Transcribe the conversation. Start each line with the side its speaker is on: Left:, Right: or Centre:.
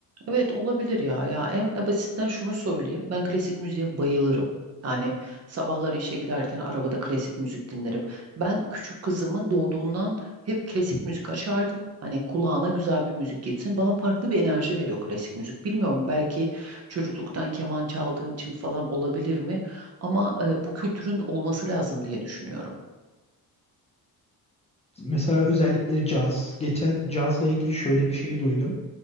Right: Evet olabilir ya. Ya en en basitten şunu söyleyeyim. Ben klasik müziğe bayılırım. Yani sabahları işe giderken arabada klasik müzik dinlerim. Ben küçük kızımı doğduğundan hep klasik müzik açardım. Hani kulağına güzel bir müzik gitsin. Bana farklı bir enerji veriyor klasik müzik. Bilmiyorum belki çocukluktan keman çaldığım için falan olabilir mi? Ama e, bu kültürün olması lazım diye düşünüyorum.
Left: Mesela özellikle caz. Geçen cazla ilgili şöyle bir şey duydum.